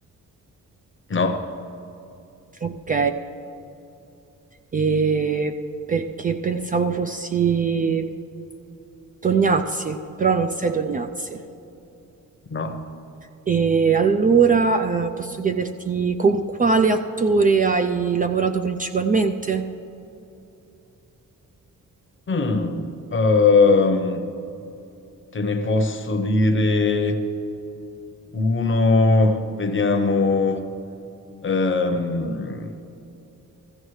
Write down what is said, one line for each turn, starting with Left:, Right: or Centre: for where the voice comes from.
Left: No,
Right: Ok, e perché pensavo fossi Tognazzi, però non sei Tognazzi.
Left: no.
Right: E allora eh, posso chiederti con quale attore hai lavorato principalmente?
Left: Mm, ehm, te ne posso dire uno, vediamo. ehm,